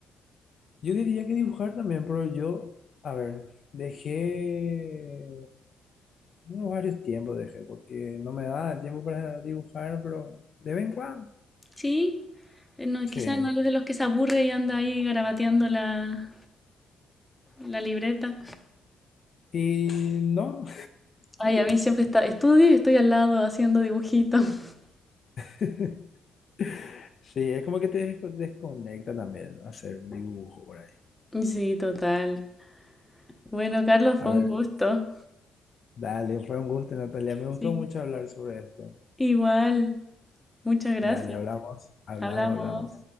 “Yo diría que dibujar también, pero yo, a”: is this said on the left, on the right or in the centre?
Left